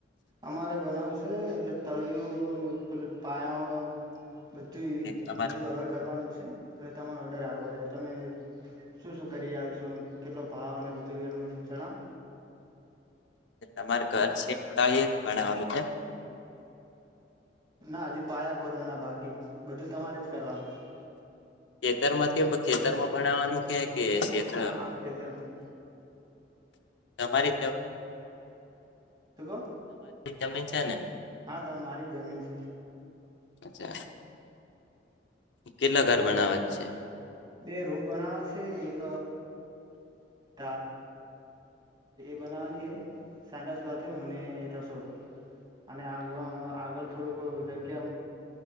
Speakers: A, on the right; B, on the left.
A: અમારે બનાવશે, એટલે તળિયું ને પેલો પાયો. બધુંય
B: તમાર
A: હજુ હવે કરવાનું છે. એટલે તમારો ઓર્ડર હાલો હશે તમે શું શું કરી રહયા છો કેટલો ભાવ અને બધું એમ જણાવો
B: તમારે ઘર છેક ખાઈ એ જ બનાવાનું છે
A: ના હજી પાયા ખોદવાના બાકી. બધું તમારે જ કરવાનું.
B: ખેતર માં કે ખેતરમાં બનાવવાનું કે. શેતર
A: હા હા ખેતરમાં.
B: તમારી જેમ
A: શું કહો
B: જ જમીન છે ને
A: હા તો મારી જ જમીન છે.
B: અચ્છા. કેટલા ઘર બનાવા છે.
A: બે રૂમ બનાવવાવ છે. એક <inaudible> બનાવાની છે સાડસ બાથરૂમ ને રસોડું અને આ પણ આગળ થોડું ક જ્યા કે